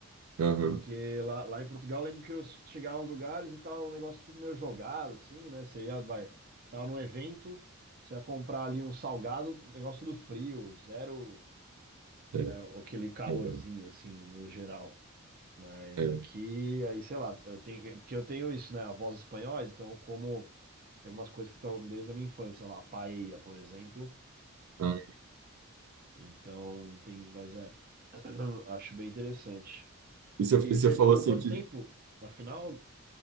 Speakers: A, on the right; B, on the right.
A: aham,
B: Porque lá, lá em Portugal, eu lembro que eu chegava aos lugares e tal, um negócio tudo meio jogado, assim, né? Você ia, vai, estava num evento, você ia comprar ali um salgado, negócio tudo frio, zero,
A: é,
B: né? Aquele calorzinho,
A: verdade,
B: assim, no geral. Mas
A: é.
B: aqui, aí, sei lá, eu tenho, é porque eu tenho isso, né? Avós espanhóis, então eu como tem algumas coisas que estão desde a minha infância, lá, paella, por exemplo.
A: Ah,
B: Então, tem, mas é, <clears throat> acho bem interessante.
A: e
B: E,
A: você, e
B: e
A: você
B: você
A: falou
B: ficou
A: assim
B: quanto
A: que
B: tempo? Afinal,